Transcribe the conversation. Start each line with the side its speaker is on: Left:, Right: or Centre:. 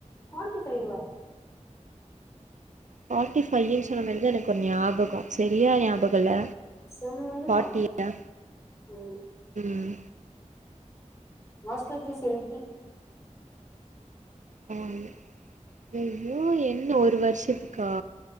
Left: ஃபார்ட்டி ஃபைவ்வா
Right: ஃப்பாட்டி ஃபையின் சொன்ன மாரிதா எனக்கு ஒரு ஞாபக செரியா ஞாபக இல்ல
Left: செம் வந்து
Right: ஃபார்ட்டினு
Left: ஃபார்ட்டி ம்
Right: ம்
Left: ஹாஸ்டல் ஃபீஸ் எயிட்டி
Right: ஆமா ஐயோ என்ன ஒரு வர்ஷத்துக்கா